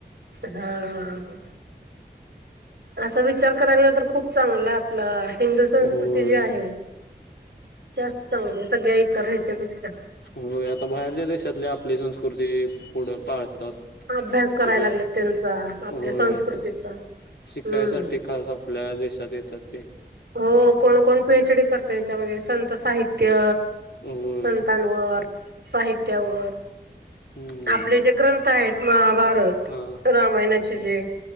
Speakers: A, on the right; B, on the left.
A: हा. असा विचार कराला नंतर खूप चांगलं आपलं हिंदू संस्कृती
B: होय
A: जी आहे त्यास्त चांगली सगळ्या इतर ह्यायच्या पेक्षा
B: हो आता बाहेरच्या देशातली आपली संस्कृती पुढे पाळतात.
A: अभ्यास करायला
B: सगळे
A: लागलेत त्यांचा आपल्या
B: होय
A: संस्कृतीचा
B: तेच
A: हम्म
B: शिकायसाठी खास आपल्या देशात येतात ते.
A: हो कोण कोण पीएचडी करत. त्याच्यामध्ये संत साहित्य
B: होय
A: संतांवर साहित्यावर
B: हम्म
A: आपले जे ग्रंथ आहेत म भारत
B: हा
A: रामायणाचे जे